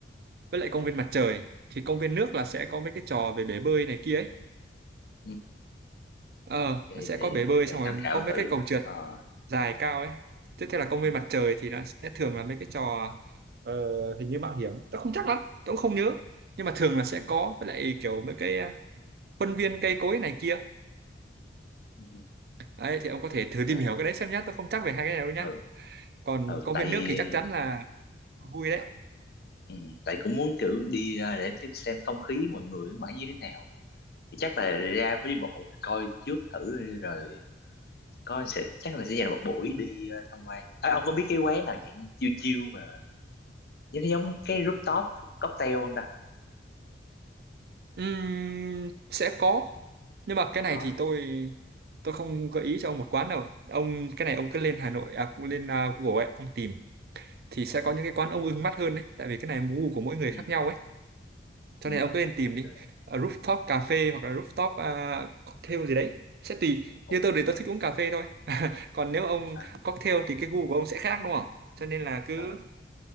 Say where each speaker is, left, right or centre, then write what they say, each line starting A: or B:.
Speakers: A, on the right; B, on the left.
A: với lại công viên mặt trời thì công viên nước là sẽ có mấy cái trò về bể bơi này kia ấy
B: Ừ.
A: ờ
B: để
A: nó sẽ
B: để
A: có bể bơi
B: để
A: xong rồi
B: tham khảo
A: có mấy
B: thử
A: cái cầu trượt
B: ờ
A: dài cao ấy tiếp theo là công viên
B: ừ.
A: mặt trời thì nó sẽ thường là mấy cái trò ờ, hình như mạo hiểm tôi không chắc lắm tôi cũng không nhớ nhưng mà thường là sẽ
B: Ừ.
A: có với lại kiểu mấy cái à, khuôn viên cây cối này kia
B: Ừ.
A: đấy thì ông có thể thử
B: ok
A: tìm hiểu cái đấy xem nhá tôi không chắc về hai cái này đâu nhá
B: ừ
A: còn
B: ừ
A: công
B: tại
A: viên
B: vì
A: nước thì chắc chắn là vui đấy
B: ừ. tại cũng muốn kiểu đi ra để tiếp- xem không khí mọi người ở ngoài như thế nào thì chắc là ra với đi bộ coi trước thử rồi coi sẽ chắc là sẽ dành một buổi đi ờ, tham quan à, ông có biết cái quán nào dạng như chiêu chiêu mà giống giống cái rooftop cocktail không ta
A: Ừm, sẽ có nhưng mà cái này
B: có
A: thì
B: đúng
A: tôi
B: không
A: tôi không gợi
B: Ờ,
A: ý cho ông một quán đâu ông cái này ông cứ lên Hà Nội à lên à, Google ấy ông tìm thì sẽ có những cái quán ông ưng mắt hơn đấy tại vì cái này gu của mỗi người
B: ừ
A: khác nhau ấy cho
B: ừ
A: nên ông cứ lên tìm
B: ok
A: đi Ờ, rooftop cà phê hoặc là rooftop à, cocktail gì đấy sẽ tùy
B: ồ
A: như tôi thì tôi thích uống cà phê thôi còn nếu ông
B: à,
A: cocktail thì cái gu của ông sẽ khác đúng không cho nên là cứ
B: ờ